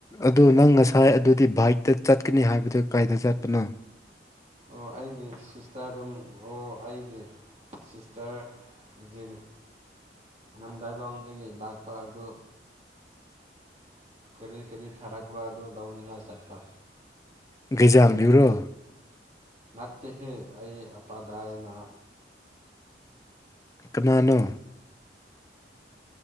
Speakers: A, on the left; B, on the right.
A: ꯑꯗꯨ ꯅꯪ ꯉꯁꯥꯏ ꯑꯗꯨꯗꯤ ꯕꯥꯏꯛꯇ ꯆꯠꯀꯅꯤ ꯍꯥꯏꯕꯗꯨ ꯀꯥꯏꯗ ꯆꯠꯄꯅꯣ
B: ꯑꯣ ꯑꯩꯒꯤ ꯁꯤꯁꯇꯔ ꯑꯗꯨꯝ ꯑꯣ ꯑꯩꯒꯤ ꯁꯤꯁꯇꯔꯖꯤꯔꯤ ꯅꯝꯗꯥꯏꯂꯣꯡꯗꯒꯤ ꯂꯥꯛꯄ ꯑꯗꯨ ꯀꯔꯤ ꯀꯔꯤ ꯊꯥꯔꯛꯄ꯭ꯔꯣ ꯑꯗꯨ ꯂꯧꯅꯤꯡꯉꯥꯏ ꯆꯠꯄ
A: ꯩꯖꯥꯡ ꯌꯕꯌꯨꯔꯣ
B: ꯠꯇꯦꯍꯦ ꯑꯩ ꯑꯄꯥꯗꯥꯏꯅ
A: ꯀꯅꯥꯅꯣ